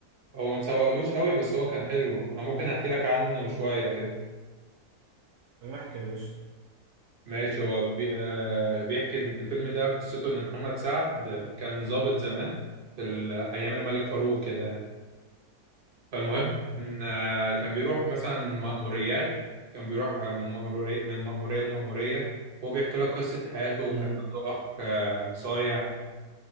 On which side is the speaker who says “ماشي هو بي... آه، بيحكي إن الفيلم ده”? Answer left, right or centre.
Right